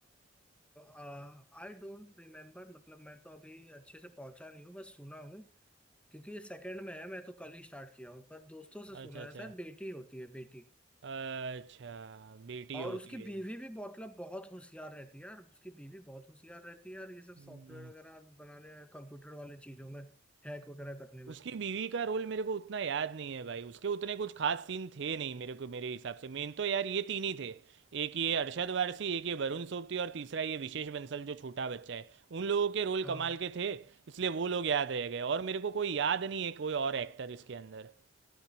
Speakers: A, in the centre; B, on the right.
A: I don't remember मतलब मैं तो अभी अच्छे से पहुंचा नहीं हूँ बस सुना हूँ क्योंकि ये सेकंड में है मैं तो कल ही स्टार्ट किया हूँ पर दोस्तों से
B: अच्छा
A: सुना
B: अच्छा
A: है सर बेटी होती है बेटी
B: अच्छा बेटी
A: और
B: होती
A: उसकी बीवी
B: है
A: भी बहुत- मतलब बहुत होशियार रहती है यार उसकी बीवी बहुत होशियार रहती है यार ये सब
B: हम्म,
A: सॉफ्टवेयर वगैरह बनाने कंप्यूटर वाले चीजों में हैक वगैरह करने में
B: उसकी बीवी का रोल मेरे को उतना याद नहीं है भाई उसके उतने कुछ खास सीन थे नहीं मेरे को मेरे हिसाब से मेन तो यार ये तीन ही थे एक ये अरशद वारसी एक ये वरुण सोबती और तीसरा ये विशेष बंसल जो छोटा बच्चा है उन लोगों के रोल
A: हाँ
B: कमाल के थे इसलिए वो लोग याद रह गए और मेरे को कोई याद नहीं है कोई और एक्टर इसके अंदर